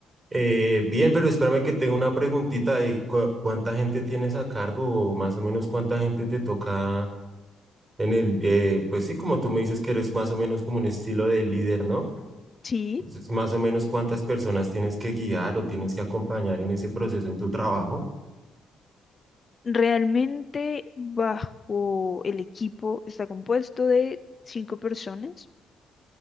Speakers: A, on the right; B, on the left.
A: Eh, bien, pero espérame que tengo una preguntita de cu- cuánta gente tienes a cargo o más o menos cuánta gente te toca en el, eh, pues sí, como tú me dices que eres más o menos como un estilo de líder, ¿no?
B: Sí,
A: Entonces, más o menos cuántas personas tienes que guiar o tienes que acompañar en ese proceso en tu trabajo.
B: realmente bajo el equipo está compuesto de cinco personas